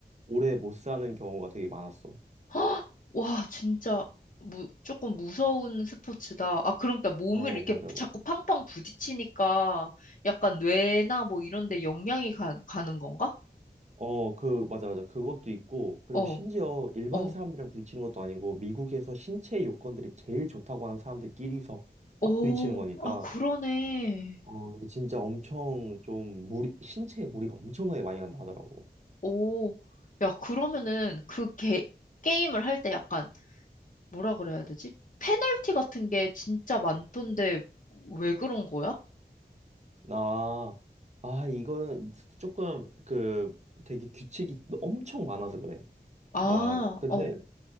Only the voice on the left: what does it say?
<gasps> 헉! 와, 진짜 무, 조금 무서운 스포츠다. 아, 그러니까 몸을
이렇게
자꾸 팡팡 부딪히니까 약간 뇌나 뭐 이런 데 영향이 가, 가는 건가?
어,
어.
오,
아, 그러네.
오, 야, 그러면은 그 게, 게임을 할 때 약간 뭐라 그래야 되지? 페널티 같은 게 진짜 많던데 왜 그런 거야?
아,
어,